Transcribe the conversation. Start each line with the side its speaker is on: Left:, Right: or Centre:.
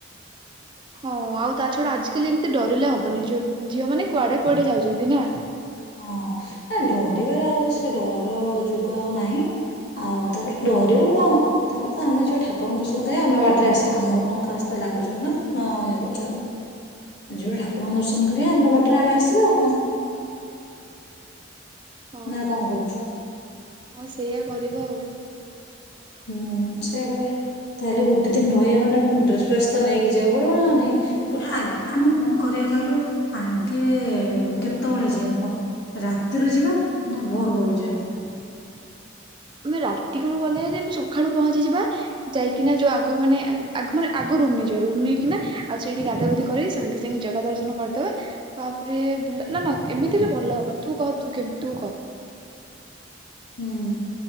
Right: ହଁ ଆଉ ତା ଛୂଡା ଆଜି କାଲି ଏମତି ଡରିଲେ ହବନି ଝିଅ ଝିଅମାନେ କୁଆଡ଼େ କୁଆଡ଼େ ଯାଉଚନ୍ତି ନାଁ।
Left: ହଁ ନାଁ ଡରିବାରେ ଆଉ ଏ ସେ ଡର ଯୁଗ ଆଉ ନାହିଁ ଆଉ ତାପରେ ଡରିବୁ କଣ ତାପରେ ତ ଆମେ ଯିବା ଠାକୁରଙ୍କ ଦର୍ଶନ କରିବା ଆମେ ବାଟରେ ଆସିବା। ଆମର କଁ କା ସଇତ ଲାଗୁଚନ୍ତି ନାଁ କଣ ଇଏ କରୁଚନ୍ତି। ଆ ଯିବେ ଠାକୁରଙ୍କ ଦର୍ଶନ କରିବା ଆମ ବାଟରେ ଆମେ ଆସିବା ଆଉ କଁ।
Right: ହଁ
Left: ନା କଣ କହୁଛୁ?
Right: ହଁ ସେଇଆ କରିବା ଆଉ।
Left: ହୁଁ ସେଇଆ କରିବା। ତାହେଲେ ଗୋଟେ ଦିନ ରହିବା ମାନେ ଫୁଣି ଡ୍ରେସ ଫ୍ରେସ୍ ତ ନେଇକି ଯିବାକୁ ପଡ଼ିବ ନାଁ ନାଇଁ ଫୁ ଆ ଆମେ କଁ କରିବା କହିଲୁ ଆଗେ କେତୋଳେ ଯିବା କହ ରାତିରୁ ଯିବା ନାଁ ଭୋରୁ ଭୋରୁ ଯିବା?
Right: <inaudible> ଆମେ ରାତିକୁରୁ ଗଲେ ହାରି ଆମେ ସଖାଳୁ ପହଞ୍ଚିଯିବା ଯାଇକିନା ଯୋଉ ଆଗ ମାନେ ଆଗେ ଆଗ ମାନେ ଆଗ ରୁମ ନେଇଯିବା ରୁମ ନେଇକିନା ଆଉ ସେଇଠି ଗାଧା ଗୁଧି କରି ସାଙ୍ଗେ ସାଙ୍ଗେ ଜାଗା ଦର୍ଶନ କରିଦବା। ତାପରେ ବୁଲା ନାଁ ନାଁ ଏମିତି ହେଲେ ଭଲ ହବନି ତୁ କହ ତୁ କେମ ତୁ କହ।
Left: ହୁଁ।